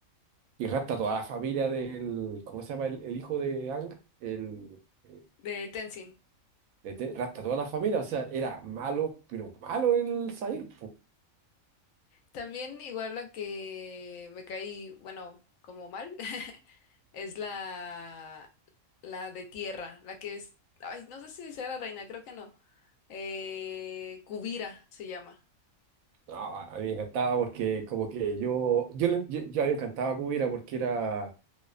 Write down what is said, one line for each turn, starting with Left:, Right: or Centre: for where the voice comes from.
Right: y rapta a toda la familia del. ¿Cómo se llama? El, el hijo de Ang, el, el-
Left: de Tenzin.
Right: de Te- rapta a toda la familia. O sea, era malo, pero malo el Zair,
Left: También igual la que me caí, bueno, como mal, <laughs> es la, la de tierra, la que es, ay, no sé si sea la reina, creo que no. Eh, Kuvira se llama.
Right: No, a mí me encantaba porque como que yo, yo, le- yo, yo a mí me encantaba a Cubira porque era,